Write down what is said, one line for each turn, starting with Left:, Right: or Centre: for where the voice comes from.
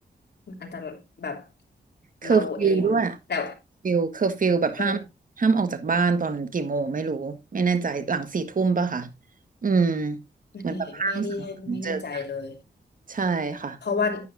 Left: อันตรายแบบ
Right: เคอร์ฟิวด้วยอะ
Left: เราเองแต่
Right: ฟิวเคอร์ฟิวแบบห้ามห้ามออกจากบ้านตอนกี่โมงไม่รู้ไม่แน่ใจหลังสี่ทุ่มป่ะค่ะ
Left: เออ
Right: อืม
Left: ไม่ไม่ได้ไม่แน่ใจเลย
Right: เหมือนแบบห้ามสังสรรค์เจอกันใช่ค่ะ
Left: เพราะว่า